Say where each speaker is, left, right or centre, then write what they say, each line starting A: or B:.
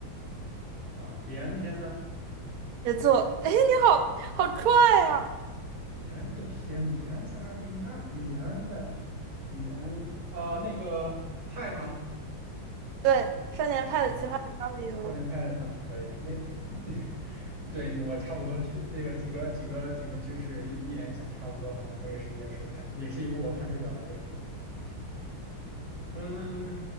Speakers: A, on the right; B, on the right.
A: 啊，李安的片子，
B: 没错。哎，你好好帅啊！
A: 李安的片，李安在二零一二，李安在，李安啊、那个派吗？
B: 对，《少年派的奇幻漂流》
A: 啊，少年派啊，可以，那 <laughs> 对我差不多，屁那个几个几个几个知识一一联想，差不多好像那个时间是派，也是一部我看睡着的电影，嗯，